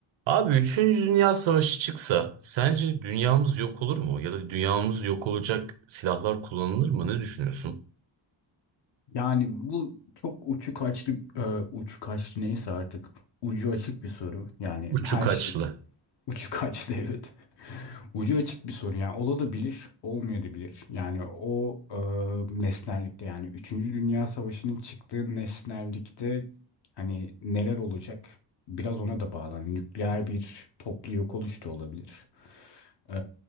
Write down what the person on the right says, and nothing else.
Abi üçüncü Dünya Savaşı çıksa sence dünyamız yok olur mu? Ya da dünyamız yok olacak silahlar kullanılır mı? Ne düşünüyorsun?
Uçu
kaçlı.